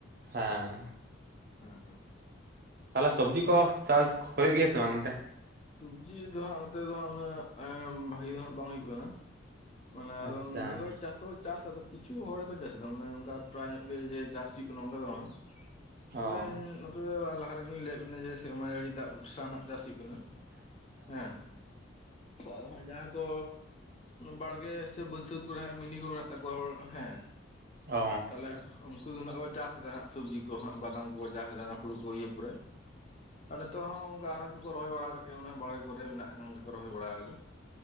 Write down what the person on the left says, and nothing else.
ᱦᱮᱸ ᱦᱮᱸ
ᱥᱚᱵᱡᱤ ᱫᱚ ᱦᱟᱜ ᱱᱚᱛᱮ ᱫᱚ ᱦᱟᱜ ᱩᱱᱟᱹᱜ ᱵᱷᱟᱜᱤ ᱫᱚ ᱦᱟᱜ ᱵᱟᱝ ᱦᱩᱭᱩᱜ ᱠᱟᱱᱟ᱾ ᱢᱟᱱᱮ
ᱟᱫᱚ ᱱᱚᱛᱮ ᱫᱚ ᱪᱟᱥ ᱫᱚᱠᱚ ᱪᱟᱥᱟ ᱠᱤᱪᱷᱩ ᱦᱚᱲ ᱜᱮᱠᱚ ᱪᱟᱥ ᱮᱫᱟ ᱢᱟᱱᱮ ᱚᱱᱠᱟ ᱯᱨᱟᱭ ᱧᱚᱜ ᱜᱮ ᱡᱮ ᱪᱟᱥ ᱦᱩᱭᱩᱜ ᱠᱟᱱᱟ ᱚᱱᱠᱟ ᱫᱚ ᱵᱟᱝ ᱱᱚᱛᱮᱧ
ᱱᱚᱛᱮ ᱫᱚ ᱞᱟᱦᱟ ᱨᱮᱜᱮᱞᱤᱧ ᱞᱟᱹᱭᱟᱫ ᱵᱤᱱᱟ ᱡᱮ ᱥᱮᱨᱢᱟ ᱡᱟᱹᱲᱤ ᱫᱟᱜ ᱵᱷᱚᱨᱥᱟᱱᱟᱜ ᱪᱟᱹᱥ ᱦᱩᱭᱩᱜ ᱠᱟᱱᱟ ᱦᱮᱸ ᱟᱫᱚ ᱦᱟᱜ ᱡᱟᱦᱟᱸ ᱠᱚ ᱵᱟᱲᱜᱮ ᱜᱮ ᱥᱮ ᱵᱟᱹᱭᱥᱟᱹᱛ ᱠᱚᱨᱮ ᱢᱤᱱᱤ ᱠᱚ ᱢᱮᱱᱟᱜ ᱛᱟᱠᱚᱣᱟ ᱦᱚᱲ ᱦᱮᱸ
ᱛᱟᱦᱚᱞᱮ ᱩᱱᱠᱩ ᱫᱚ ᱦᱟᱜ ᱠᱚ ᱪᱟᱥᱮᱫᱟ ᱦᱟᱜ ᱥᱚᱵᱽᱡᱤ ᱠᱚ ᱦᱟᱜ ᱵᱟᱫᱟᱢ ᱠᱚᱠᱚ ᱪᱟᱥᱮᱫᱟ ᱦᱩᱲᱩ ᱠᱚ ᱤᱭᱟᱹ ᱯᱚᱨᱮ ᱟᱨ ᱱᱤᱛᱚᱜ ᱦᱚᱸ ᱚᱱᱠᱟ ᱟᱱᱟᱡ ᱠᱚᱠᱚ ᱨᱚᱦᱚᱭ ᱵᱟᱲᱟ ᱠᱟᱜ ᱜᱮᱭᱟ ᱚᱱᱮ ᱵᱟᱲᱮ ᱠᱚᱨᱮ ᱢᱮᱱᱟᱜ ᱠᱚ ᱨᱚᱦᱚᱭ ᱵᱟᱲᱟ ᱠᱟᱫᱟ